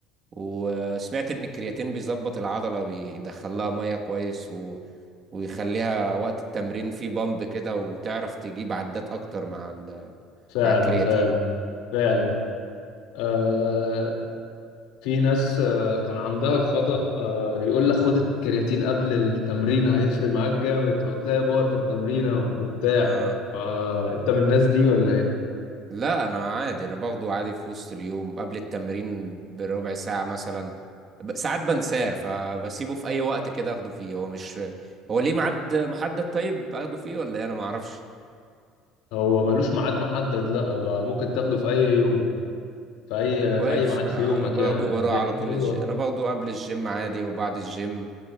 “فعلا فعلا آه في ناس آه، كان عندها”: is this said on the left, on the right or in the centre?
Left